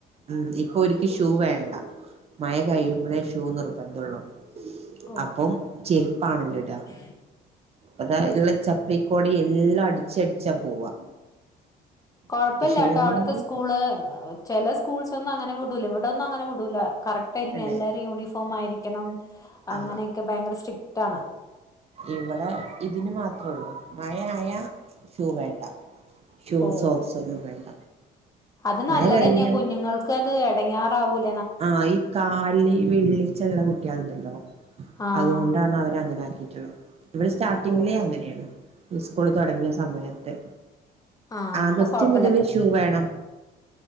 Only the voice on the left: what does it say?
ഓഹ്
<inaudible>
കൊഴപ്പല്ലാട്ടോ
അവിടുത്തെ സ്കൂള് ചില സ്കൂൾസ് ഒന്നും അങ്ങനെ വിടൂല ഇവിടെ ഇവിടൊന്നും അങ്ങനെ വിടൂല്ല. കറക്റ്റ് ആയിരിക്കണം
എല്ലാരും യൂണിഫോം ആയിരിക്കണം.
അങ്ങനെയൊക്കെ ഭയങ്കര സ്ട്രിക്ട് ആണ്!
ഓഹ്
അത് നല്ലതന്നേ
കുഞ്ഞുങ്ങൾക്ക്ത് ഇടങ്ങേറാവൂല
ആഹ്
ഓഹ്
ആഹ്
അപ്പൊ കൊഴപ്പല്ലപ്പ